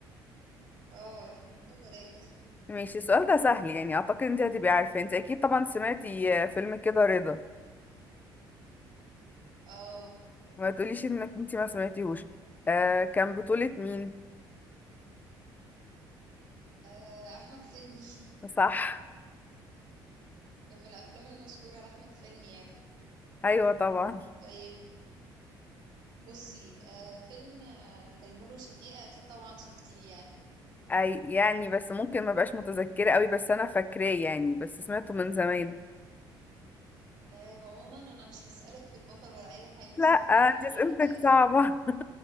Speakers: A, on the right; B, on the left.
A: اه ثلاثة
B: ماشي السؤال ده سهل يعني اعتقد انت هتبقي عارفة انت اكيد طبعا سمعتي آه، فيلم كده رضا
A: اه
B: ما تقوليش انك انت ما سمعتيهوش آه كان بطولة مين؟
A: آه، احمد حلمي
B: صح
A: <laughs> كان من الافلام المشهورة لاحمد حلمي يعني
B: ايوه طبعا
A: طيب بصي آه فيلم آه، تيمور وشفيقة اكيد طبعا شفتيه يعني
B: اي يعني بس ممكن ما بقاش متذكره قوي بس انا فاكراه يعني بس سمعته من زمان
A: طيب عموما انا مش هسألك في البطل ولا اي حاجة
B: لا انت
A: <laughs> مين اللي
B: اسئلتك
A: غنى بقى الأغنية؟
B: صعبه